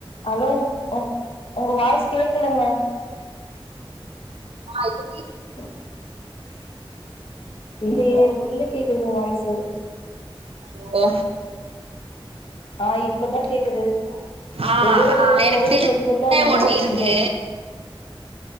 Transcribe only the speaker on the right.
ஆயி
ஹலோ
ஹலோ
ஆ
ஆ எனக்கு
தெரிஞ்ச
கடை
ஒண்ணு
இருக்கு